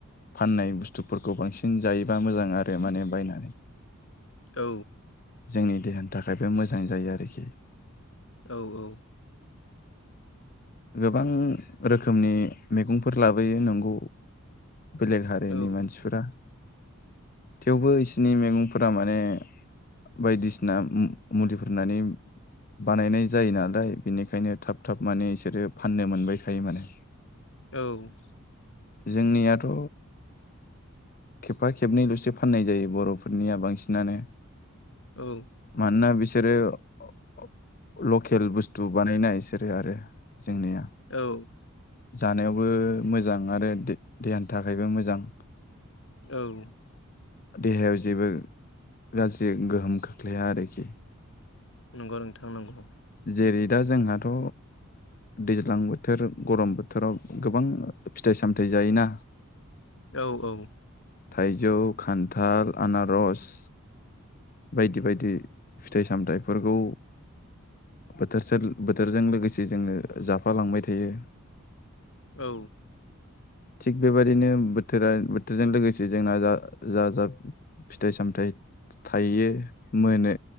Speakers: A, on the left; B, on the left.
A: फाननाय बुस्थुफोरखौ बांसिन जायोबा मोजां आरो माने बायनानै <inaudible>
B: औ
A: जोंनि देहानि थाखायबो मोजां जायो आरोखि
B: औ औ
A: गोबां रोखोमनि मैगंफोर लाबोयो नोंगौ बेलेग हारिनि
B: औ
A: मानसिफोरा थेवबो बिसोरनि मैगंफोरा माने बायदिसिना मुलिफोरनानै बानायनाय जायो नालाय बिनिखायनो थाब थाब माने रो फाननो मोनबाय थायोमोन
B: औ
A: जोंनियाथ' खेबफा खेबनैल'सो फाननाय जायो बर'फोरनिया बांसिनानो
B: औ
A: मानोना बिसोरो अ अ लकेल बुस्थु बानायाना बिसोरो आरो जेंनिया
B: औ
A: जानायावबो मोजां आरो दे-देहानि थाखायबो मोजां
B: औ
A: देहायाव जेबो गाज्रि गोहोम खोख्लैया आरोखि
B: नंगौ नोंथां नंगौ
A: जेरै दा जोंहाथ' दैज्लां बोथोर गरम बोथोराव गोबां फिथाइ सामथाइ जायोना
B: औ औ
A: थाइजौ, खान्थाल, आनारस बायदि बायदि फिथाइ सामथाइफोरखौ बोथोरसोल बोथोरजों लोगोसे जोङो जाफालांबाय थायो
B: औ
A: थिग बेबायदिनो बोथोरा बोथोरजों लोगोसे जोंना जा जा जा फिथाइ सामथाइ थायो मोनो